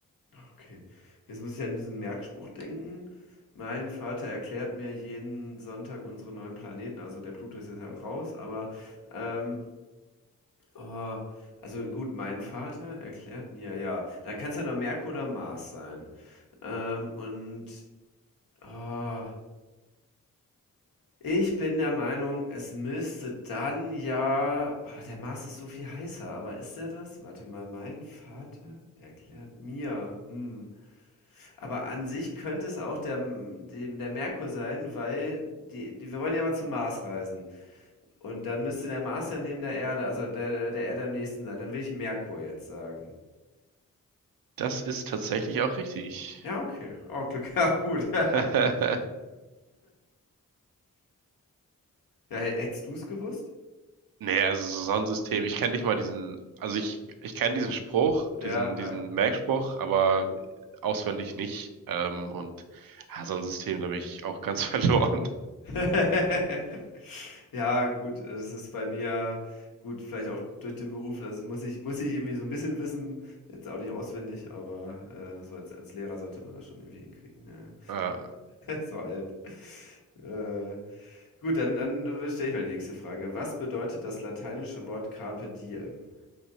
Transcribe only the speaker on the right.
Das ist tatsächlich auch richtig.
<laughs>
Nee, also so Sonnensystem. Ich kenne nicht mal diesen, also ich, ich kenne
diesen Spruch,
diesen, diesen
Merkspruch, aber auswendig nicht. Ähm, und ja, Sonnensystem, da bin ich auch ganz <laughs> verloren.
Äh,